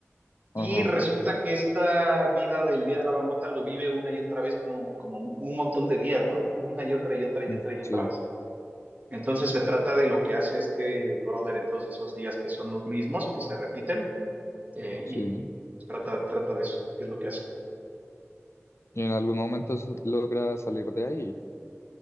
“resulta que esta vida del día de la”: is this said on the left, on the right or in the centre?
Right